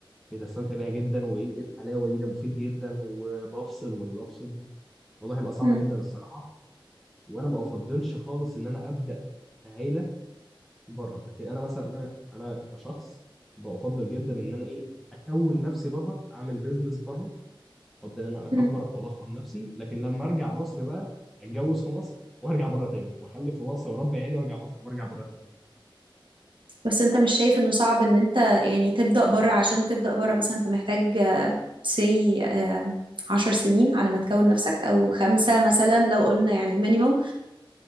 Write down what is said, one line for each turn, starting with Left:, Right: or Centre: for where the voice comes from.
Centre: بتستمتع بيها جدا وايه إيه الحلاوه دي ده مفيد جدا وبفصل ومش بفصل الموضوع هيبقى صعب
Right: مم.
Centre: جدا الصراحه وانا ما افضلش خالص ان انا ابدا عيله بره لكن انا مثلا انا انا كشخص بفضل جدا ان انا ايه اكون نفسي بره اعمل بيزنس بره ابدا ان انا اكبر
Right: مم.
Centre: واضخم نفسي لكن لما ارجع مصر بقى اتجوز في مصر وارجع بره تاني واخلف في مصر واربي عيالي وارجع مصر وارجع بره
Right: بس انت مش شايف انه صعب ان انت يعني تبدأ بره عشان تبدأ بره مثلا انت محتاج سي عشر سنين على ما تكون نفسك او خمسة مثلا لو قلنا يعني مينيموم